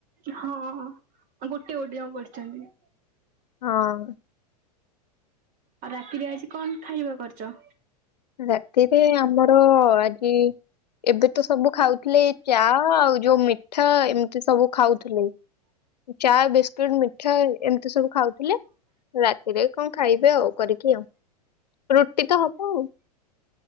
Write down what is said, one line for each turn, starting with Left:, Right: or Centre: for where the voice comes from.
Right: ହଁ ହଁ ଗୋଟି ଗୋଟିକା ପଡିଚନ୍ତି।
Left: ହଁ
Right: ଆଉ ରାତିରେ ଆଜି କଣ ଖାଇବା କରଚ?
Left: ରାତିରେ ଆମର ଅ ଆଜି ଏବେ ତ ସବୁ ଖାଉଥିଲେ ଚା ଆଉ ଯୋଉ ମିଠା ଏମିତି ସବୁ ଖାଉଥୁଲେ। ଚା, ବିସ୍କିଟ୍, ମିଠା ଏ ଏମିତି ସବୁ ଖାଉଥୁଲେ ରାତିରେ କଁ ଖାଇବେ ଆଉ କରିକି ଆଉ ରୁଟି ତ ହବ ଆଉ।